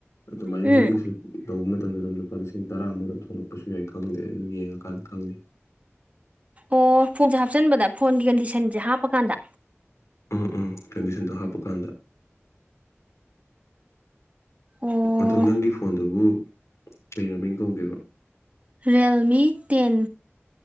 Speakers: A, on the left (about 85°); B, on the right (about 30°).
A: ꯑꯗꯨꯃꯥꯏꯅ
B: ꯎꯝ
A: ꯅꯪꯒꯤꯁꯨ ꯇꯧꯕ ꯃꯇꯝꯗ ꯑꯗꯨꯝ ꯂꯨꯄꯥ ꯂꯤꯁꯤꯡ ꯇꯔꯥꯃꯨꯛ ꯑꯗꯨꯝ ꯊꯣꯛꯂꯛꯄꯁꯨ ꯌꯥꯏ ꯈꯪꯗꯦ ꯑꯗꯨ ꯌꯦꯡꯉꯀꯥꯟꯗ ꯈꯪꯅꯤ
B: ꯑꯣ ꯐꯣꯟꯁꯦ ꯍꯥꯞꯆꯟꯕꯗ ꯐꯣꯟꯒꯤ ꯀꯟꯗꯤꯁꯟꯁꯦ ꯍꯥꯞꯄꯀꯥꯟꯗ
A: ꯎꯝ ꯎꯝ ꯀꯟꯗꯤꯁꯟꯗꯣ ꯍꯥꯞꯄꯀꯥꯟꯗ
B: ꯑꯣ
A: ꯑꯗꯣ ꯅꯪꯒꯤ ꯐꯣꯟꯗꯨꯕꯨ ꯀꯩ ꯃꯃꯤꯡ ꯀꯧꯒꯦꯕ
B: ꯔꯦꯜꯃꯤ ꯇꯦꯟ